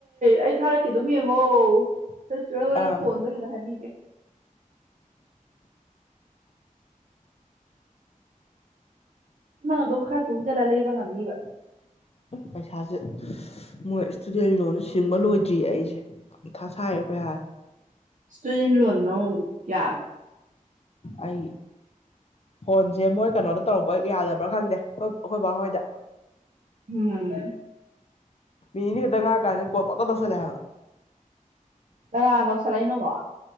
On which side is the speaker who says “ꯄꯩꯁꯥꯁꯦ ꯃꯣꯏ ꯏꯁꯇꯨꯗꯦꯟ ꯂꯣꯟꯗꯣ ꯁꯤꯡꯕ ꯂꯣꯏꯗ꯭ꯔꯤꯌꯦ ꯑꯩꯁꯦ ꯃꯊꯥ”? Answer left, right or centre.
Left